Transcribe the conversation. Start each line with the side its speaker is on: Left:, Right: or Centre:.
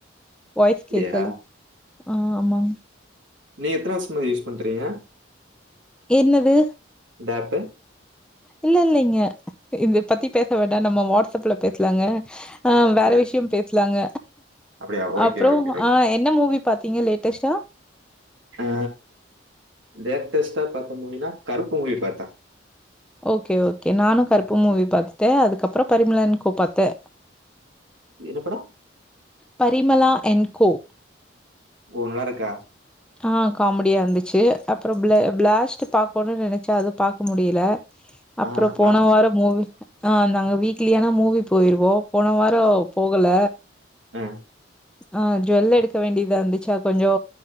Centre: வாய்ஸ்
Right: அப்படியா
Centre: கேக்கல அ ஆமாங்
Right: நீங்க எத்தன வர்ஷமா இது யூஸ் பண்றீங்க
Centre: என்னது
Right: இந்த ஏப்பு
Centre: இல்ல இல்லைங்க இ இது பத்தி பேச வேண்டா நம்ம வாட்ஸ்அப்ல பேஸ்லாங்க அ
Right: அப்படியா
Centre: வேற விஷ்யோ பேஸ்லாங்க
Right: அப்படியா ஓகே
Centre: அப்றோ
Right: ஓகே ஓகே
Centre: அ என்ன மூவி பாத்தீங்க லேட்டஸ்ட்டா
Right: அ லேட்டஸ்ட்டா பாத்த மூவினா கருப்பு மூவி பாத்தே
Centre: ஓகே ஓகே நானு கருப்பு மூவி பாத்துட்டே அதுக்கப்பறோ பரிமளா அண் கோ பாத்தே
Right: என்ன படோ
Centre: பரிமளா எண் கோ
Right: ஓ நால்லாருக்கா
Centre: ஆ காமடியா இர்ந்துச்சு அப்பறோ ப்ளே ப்ளாஸ்ட்டு பாக்கோணுன் நெனச்ச அது பாக்க முடியில
Right: ஆ
Centre: அப்றோ போன
Right: பிளாஸ்ட்
Centre: வாரோ
Right: பார்த்தேன்
Centre: மூவி <inaudible> ஆ நாங்க வீக்லியானா மூவி போய்ருவோ போன வாரோ போகல
Right: ஆ
Centre: ஆ ஜ்வெல் எடுக்க வேண்டியதார்ந்துச்சா கொஞ்சோ